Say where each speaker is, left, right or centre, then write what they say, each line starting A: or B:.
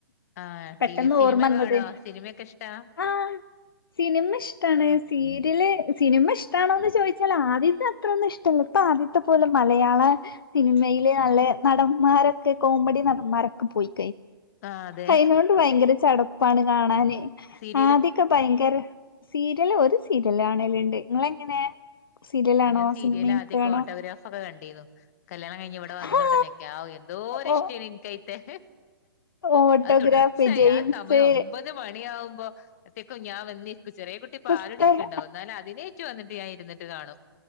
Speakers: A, on the left (about 40°); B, on the left (about 70°).
A: ആ
B: പെട്ടെന്ന്
A: ടിവി സിനിമ
B: ഓർമ്മ വന്നത്
A: കാണുവാ സിനിമൊക്കെ ഇഷ്ടാ
B: ആ സിനിമ ഇഷ്ടാണെ
A: ആഹ്
B: സീരിയൽ സിനിമ ഇഷ്ടാണോന്ന് ചോദിച്ചാൽ ആദ്യത്തെ അത്രൊന്നും ഇഷ്ടല്ല ഇപ്പൊ ആദ്യത്തെ പോലെ മലയാള സിനിമയില് നല്ല നടന്മാരൊക്കെ കോമഡി നടന്മാരൊക്കെ പോയി
A: ആഹ് അതെ
B: അയിനോണ്ട് ഭയങ്കര ചടപ്പ് ഇപ്പാണ് കാണാനേ
A: ശരി
B: ആദ്യൊക്കെ ഭയങ്കര സീരിയല് ഒരു സീരിയല് കാണലുണ്ട് നിങ്ങളെങ്ങനെ സീരിയലാണോ
A: ഓരോ സീരിയൽ
B: സിനിമയൊക്കെയാണോ
A: ആദ്യ ഓട്ടോഗ്രാഫ് ഒക്കെ കണ്ടു കല്യാണം കഴി ഇവിടെ വന്നോടനെക്കെ
B: ഹാ
A: ആ ഏ തോരിഷ്ട്ട
B: ഓ
A: നികൈ എ
B: ഓട്ടോഗ്രാഫ്
A: അത് തുടർച്ചയായി
B: ജെയിംസ്
A: ആ സമയം ഒമ്പത് മണിയാവുമ്പോത്തേക്കും ഞാൻ വന്നിരിക്കും ചെറിയ കുട്ടി
B: പുസ്തക
A: പാല് കുടിക്ക്ഇണ്ടാവും എന്നാലും അതിനെ റ്റ <unintelligible> വന്നിട്ട് ഞൻ ഇരുന്നിട്ട് കാണും